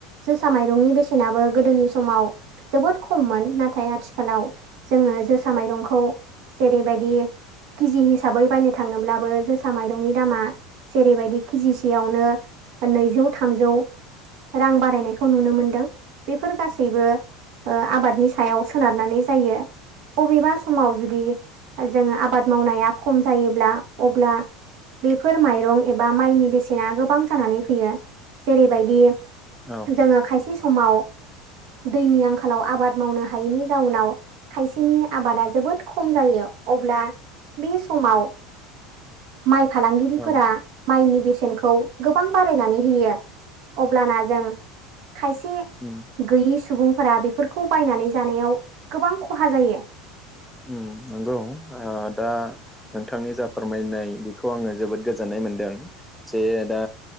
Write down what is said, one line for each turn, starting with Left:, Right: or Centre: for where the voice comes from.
Right: जोसा माइरंनि बेसेनाबो गोदोनि समाव जोबोद खममोन नाथाय आथिखालाव जोङो जोसा माइरंखौ जेरैबायदि किजि हिसाबै बायनो थाङोब्लाबो जोसा माइरंनि दामा जेरैबायदि किजि सेआवनो नैजौ थामजौ रां बारायनायखौ नुनो मोनदों। बेफोर गासै बो आबादनि सायाव सोनारनानै जायो। अबेबा समाव जुदि जोङो आबाद मावनाया खम जायोब्ला अब्ला बेफोर माइरं एबा माइनि बेसेना गोबां जानानै फैयो जेरैबायदि
Centre: औ।
Right: जोङो खायसे समाव दैनि आंखालाव आबाद मावनो हायैनि जाउनाव खायसेनि आबादा जोबोद खम जायो अब्ला बे समाव माइ फालांगिरिफोरा
Centre: औ
Right: माइनि बेसेनखौ गोबां बारायनानै होयो अब्लाना जों खायसे
Centre: उम।
Right: गैयि सुबुंफोरा बेफोरखौ बायनानै जानायाव गोबां खहा जायो।
Centre: उम नंगौ आ दा नोंथांनि जा फोरमायनाय बेखौ आङो जोबोद गोजोननाय मोनदों। जे दा